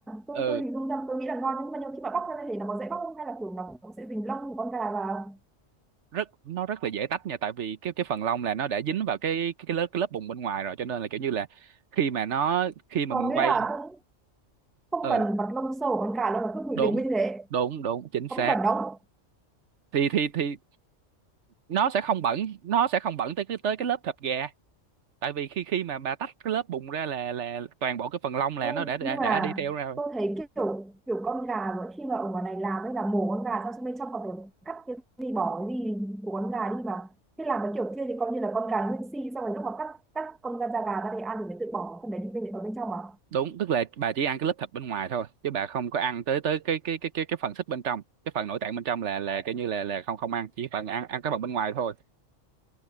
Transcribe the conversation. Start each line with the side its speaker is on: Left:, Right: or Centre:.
Centre: tôi
Right: ừ
Centre: tôi hình dung ra tôi nghĩ là ngon nhưng mà nhiều khi mà bóc ra thì nó có dễ bóc không hay là kiểu nó cũng sẽ dính lông của con gà vào
Right: rất nó rất là dễ tách nha tại vì cái cái phần lông là nó đã dính vào cái cái cái lớp cái lớp bùn bên ngoài rồi cho nên là kiểu như là khi mà nó khi mà
Centre: còn
Right: mình quay
Centre: nghĩa là cũng không
Right: ừ
Centre: cần vặt lông sâu của con gà đâu mà cứ
Right: đúng
Centre: để nguyên như thế
Right: đúng đúng chính
Centre: có
Right: xác
Centre: bị bẩn không
Right: thì thì thì nó sẽ không bẩn nó sẽ không bẩn tới cái tới cái lớp thịt gà tại vì khi khi mà bà tách cái lớp bùn ra là là toàn bộ cái phần lông là
Centre: Ê,
Right: nó đã đã
Centre: nhưng mà
Right: đã đi theo ra rồi
Centre: tôi thấy kiểu kiểu con gà rồi khi mà ở ngoài này làm ấy là mổ con gà xong xong bên trong còn phải cắt cái gì bỏ cái gì của con gà đi mà thế làm cái kiểu kia thì coi như là con gà nguyên si xong rồi lúc mà cắt cắt con da da gà ra để ăn thì mới tự bỏ phần đấy đi bên ở bên trong à
Right: đúng tức là bà chỉ ăn cái lớp thịt bên ngoài thôi chứ bà không có ăn tới tới cái cái cái cái cái phần xích bên trong cái phần nội tạng bên trong là là kiểu như là là không không ăn chỉ phần ăn ăn cái phần bên ngoài thôi